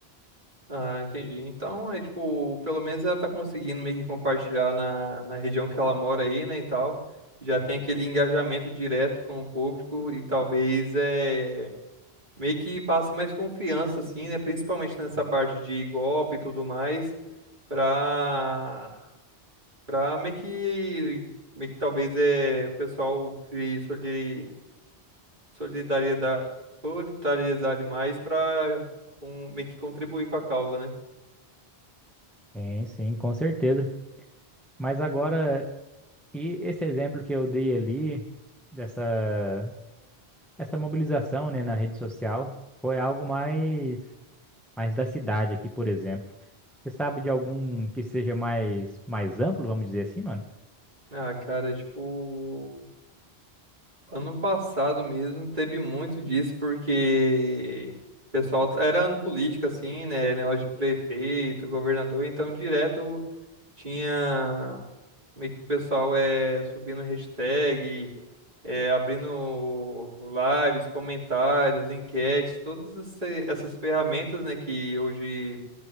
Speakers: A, on the right; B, in the centre.
A: Ah, entendi. Então, é tipo, pelo menos ela tá conseguindo meio que compartilhar na, na região que ela mora aí, né, e tal. Já tem aquele engajamento direto com o público e talvez é meio que passe mais confiança, assim, né, principalmente nessa parte de golpe e tudo mais, pra, pra meio que, meio que talvez é o pessoal se solidari- solidaridar, solidarizar demais pra um, meio que contribuir com a causa, né?
B: Sim, sim, com certeza. Mas agora, e esse exemplo que eu dei ali, dessa essa mobilização, né, na rede social, foi algo mais, mais da cidade aqui, por exemplo. Você sabe de algum que seja mais, mais amplo, vamos dizer assim, mano?
A: Ah, cara, tipo, ano passado mesmo teve muito disso, porque o pessoal era ano político, assim, né? Negócio de prefeito, governador, então direto tinha meio que o pessoal é subindo hashtag, é, abrindo lives, comentários, enquetes, todas esse- essas ferramentas, né, que hoje